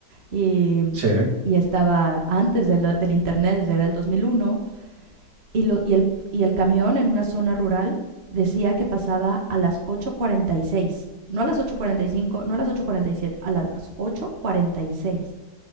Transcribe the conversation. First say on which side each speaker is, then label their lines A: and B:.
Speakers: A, on the right (about 35°); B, on the right (about 65°).
A: y,
B: <laughs> Sí. ¿eh?
A: y estaba antes de la- del internet, desde el 2001, y, lo, y, el, y el camión en una zona rural decía que pasaba a las ocho cuarenta y seis No a las ocho cuarenta y cinco no a las ocho cuarenta y siete a las ocho cuarenta y seis